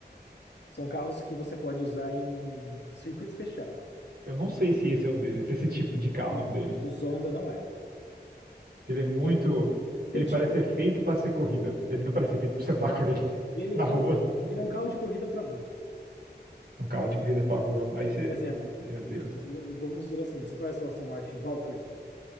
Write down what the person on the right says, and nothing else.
Eu não sei se esse é um deles, se esse tipo de carro
é um deles.
Ele é muito,
ele
parece ser feito para ser corrida. Ele não parece ser feito para você andar com ele <laughs>
na rua.
Um carro de corrida para rua. Aí você,
meu Deus.